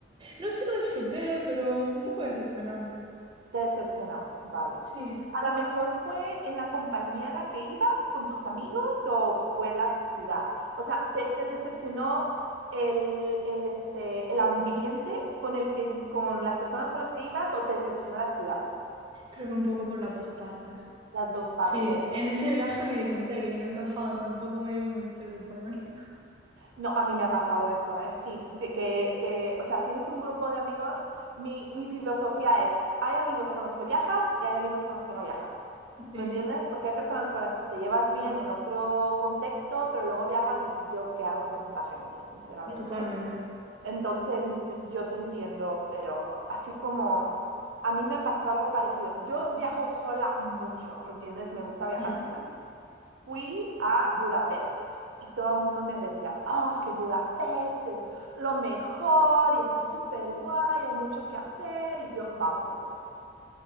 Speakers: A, on the right; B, on the right.
A: no sé si lo disfruté, pero fue un poco decepcionante.
B: Te decepcionó. Vale.
A: Sí,
B: ¿A lo mejor fue en la compañía a la que ibas con tus amigos o fue la ciudad? O sea, ¿te, te decepcionó el, el, este, el ambiente con el que, con las personas con las que ibas o te decepcionó la ciudad?
A: creo que un poco por las dos partes.
B: Las dos partes.
A: Sí, en ese viaje me di cuenta de que yo no encajaba tampoco muy bien con ese grupo de amigos.
B: No, a mí me ha pasado eso, ¿eh? Sí, de que, que, o sea, tienes un grupo de amigos. Mi, mi filosofía es, hay amigos con los que viajas y hay amigos con los que no viajas.
A: Sí,
B: ¿Me entiendes? Porque hay personas con las que te llevas bien en otro contexto, pero luego viajas y dices, yo, ¿qué hago con esta gente, sinceramente?
A: totalmente. <laughs>
B: Entonces, yo te entiendo, pero así como a mí me pasó algo parecido. Yo viajo sola mucho, ¿me entiendes? Me gusta viajar
A: Mm.
B: sola. Fui a Budapest y todo el mundo me vendía, oh, que Budapest es lo mejor y está súper guay, hay mucho que hacer y yo, vamos a Budapest.